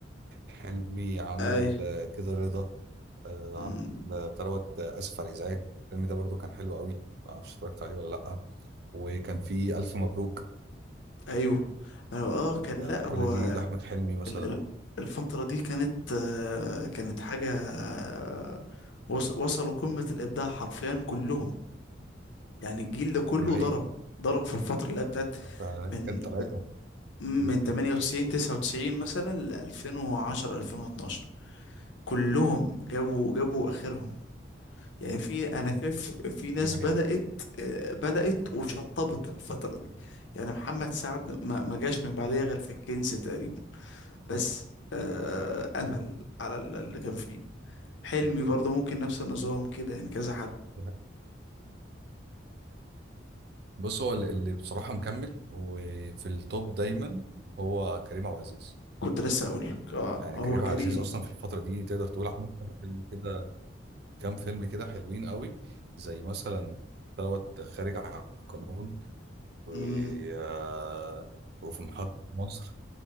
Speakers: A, on the right (about 55°); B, on the left (about 70°).
A: حلمي عمل
B: أي
A: آه، كده رضا آه
B: مم.
A: عمل آه، بتاع دوت آه، آسف على الإزعاج الفيلم ده برضو كان حلو قوي معرفش اتفرجت عليه ولا لأ وكان في ألف مبروك
B: أيوه ما هو- اه كان
A: ده
B: لأ هو
A: كل دي لأحمد حلمي مثلا
B: ال ال الفترة دي كانت آه كانت حاجة آه وص- وصلوا قمة الإبداع حرفيا كلهم يعني الجيل ده كله
A: دي حقيقة
B: ضرب ضرب في الفترة اللي هي بتاعت
A: فأنا
B: من
A: كانت طلعتهم
B: من
A: دي
B: 98
A: حقيقة
B: 99 مثلا ل 2010 2012 كلهم جابوا جابوا اخرهم يعني في انا شايف في ناس
A: دي حقيقة
B: بدأت آه، بدأت وشطبت في الفترة دي يعني محمد سعد ما ما جاش من بعديها غير في الكنز تقريبا بس آه، قفل على ال- اللي كان فيه حلمي
A: دي
B: برضه ممكن نفس النظام كده يعني كذا حد
A: حقيقة. بص هو اللي اللي بصراحة مكمل وفي التوب دايما هو كريم عبد العزيز
B: كنت لسه اقول لك اه
A: يعني
B: هو
A: كريم
B: كريم
A: عبد العزيز أصلا في الفترة دي تقدر تقول عمل كام فيلم كده كام فيلم كده حلوين قوي زي مثلا دوت خارج عن القانون و
B: امم
A: آه، وفي محطة مصر